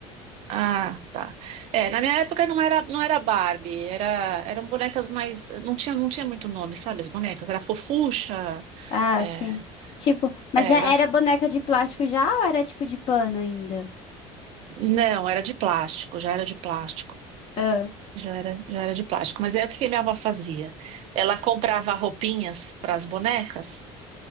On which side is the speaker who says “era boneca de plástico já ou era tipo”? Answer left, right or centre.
Left